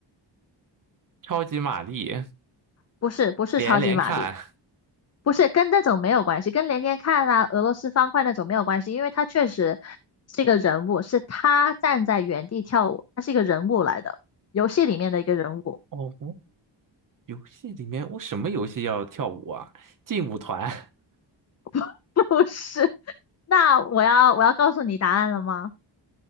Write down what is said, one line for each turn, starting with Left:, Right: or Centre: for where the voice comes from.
Right: 超级玛丽、
Left: 不是不是超级玛丽，
Right: 连连看。
Left: 不是跟那种没有关系，跟连连看啊、俄罗斯方块那种没有关系，因为它确实这个人物是他站在原地跳舞，他是一个人物来的，游戏里面的一个人物，
Right: 哦，游戏里面我什么游戏要跳舞啊？劲舞团。
Left: <laughs> 不是。那我要我要告诉你答案了吗？